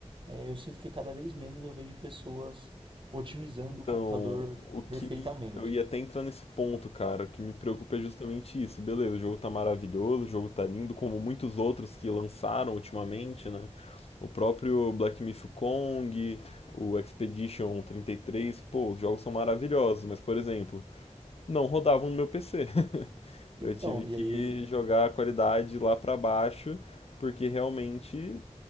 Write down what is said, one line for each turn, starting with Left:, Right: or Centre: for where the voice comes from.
Right: é, eu sinto que cada vez menos eu vejo pessoas otimizando
Left: então,
Right: o computador
Left: o
Right: perfeitamente.
Left: que me. Eu ia até entrar nesse ponto, cara. O que me preocupa é justamente isso. Beleza, o jogo tá maravilhoso, o jogo tá lindo, como muitos outros que lançaram ultimamente, né? O próprio Black Myth Kong, o Expedition 33, pô, os jogos são maravilhosos, mas, por exemplo, não rodavam no meu PC.
Right: Então,
Left: Eu tive que
Right: e aí
Left: jogar a qualidade lá pra baixo, porque realmente